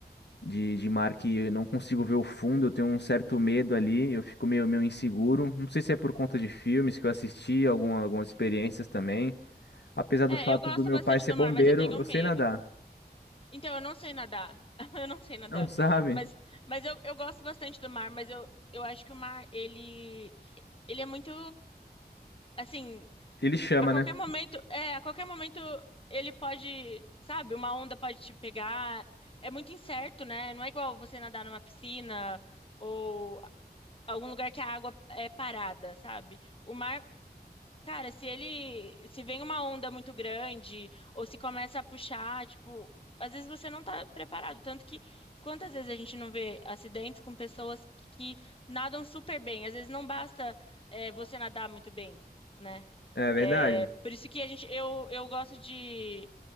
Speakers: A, on the left; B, on the left.
A: de, de mar que eu não consigo ver o fundo, eu tenho um certo medo ali, eu fico meio, meio inseguro. Não sei se é por conta de filmes que eu assisti, alguma, algumas experiências também. Apesar do
B: É,
A: fato
B: eu gosto
A: do meu
B: bastante
A: pai ser
B: do
A: bombeiro,
B: mar, mas eu tenho
A: eu
B: medo.
A: sei nadar.
B: Então, eu não sei nadar. <laughs> Eu não sei nadar.
A: Não sabe?
B: Mas, mas eu, eu gosto bastante do mar, mas eu, eu acho que o mar, ele, ele é muito, assim,
A: Ele chama,
B: a qualquer
A: né?
B: momento, é, a qualquer momento ele pode, sabe, uma onda pode te pegar. É muito incerto, né? Não é igual você nadar numa piscina ou algum lugar que a água é parada, sabe? O mar Cara, se ele, se vem uma onda muito grande ou se começa a puxar, tipo, às vezes você não tá preparado, tanto que quantas vezes a gente não vê acidentes com pessoas que nadam super bem, às vezes não basta é, você nadar muito bem, né?
A: É verdade.
B: É, por isso que a gente, eu, eu gosto de